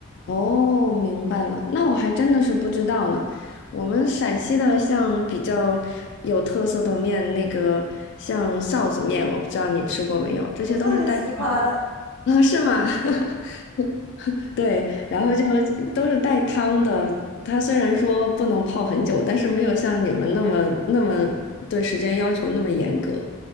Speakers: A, on the left (about 55°); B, on the right (about 70°).
A: 哦，明白了。那我还真的是不知道呢。我们陕西的像比较有特色的面，那个像臊子面，我不知道你吃过没有，这些都是带
B: 我特别喜欢，
A: <laughs> 啊，是吗？<laughs> 对，然后就都是带汤的。它虽然说不能泡很久，但是没有像你们那么那么对时间要求那么严格。